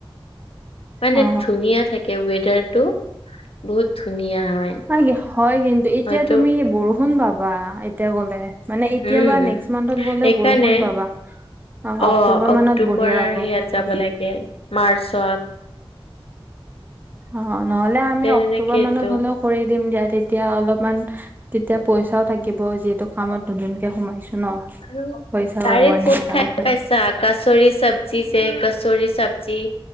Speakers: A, on the left; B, on the right.
A: মানে
B: অ
A: ধুনীয়া থাকে ৱেডাৰ টো বহুত ধুনীয়া হয়।
B: ন কি হয় কিন্তু এতিয়া
A: হয়তো
B: তুমি বৰষুণ পাবা এতিয়া গলে মানে এতিয়াবা
A: উম,
B: নেক্সট মান্থত গ'লে
A: সেইকাৰণে
B: বৰষুণ পাবা।
A: অ,
B: অক্টোবৰ
A: অক্টোবৰ
B: মানত বঢ়িয়া হ'ব
A: আৰু ইয়াত
B: বতৰটো
A: যাব লাগে মাৰ্চত।
B: অ, নহলে আমি
A: তেনেকেইতো
B: অক্টোবৰ মানত হ'লেও কৰি দিম দিয়া তেতিয়া অলপমান তেতিয়া পইচাও থাকিব যিহেতু কামত নতুনকে সোমাইছো ন।
A: আৰু
B: পইচা
A: তাৰে্
B: হ'ব এনেকে
A: ফুড
B: যাব
A: খাই
B: পাৰিম
A: পাইছাক? কচৰি চব্জি যে কছৰি চব্জি।